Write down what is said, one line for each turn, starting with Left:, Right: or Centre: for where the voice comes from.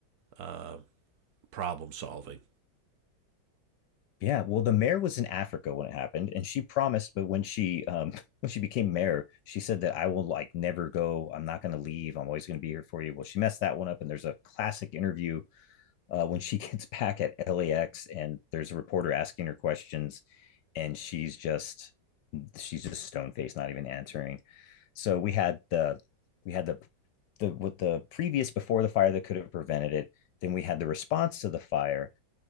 Right: uh, problem solving.
Left: Yeah, well, the mayor was in Africa when it happened, and she promised, but when she um <laughs> when she became mayor, she said that I will like never go. I'm not going to leave. I'm always going to be here for you. Well, she messed that one up, and there's a classic interview uh, when she <laughs> gets back at LAX, and there's a reporter asking her questions, and she's just she's just stone faced, not even answering. So we had the we had the the with the previous before the fire that could have prevented it. Then we had the response to the fire,